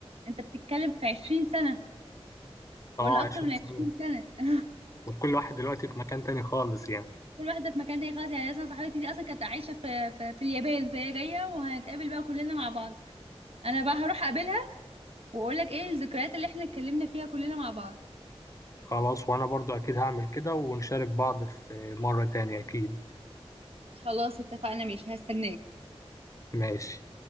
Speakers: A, on the right; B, on the left.
A: انت بتتكلم في 20 سنه ولا
B: اه
A: اكتر
B: 20
A: من 20
B: سنة
A: سنه <laughs>
B: وكل واحد دلوقتي في مكان تاني خالص يعني
A: كل واحده في مكان تاني خالص يعني اصلا صاحبتي دي اصلا كانت عايشه في في, في اليابان فهي جايه وهنتقابل بقى كلنا مع بعض انا بقى هروح اقابلها واقول لك ايه الذكريات اللي احنا اتكلمنا فيها كلنا مع بعض
B: خلاص وانا برضو اكيد هعمل كده ونشارك بعض في مرة تانية اكيد
A: خلاص اتفقنا ماشي هستناك
B: ماشي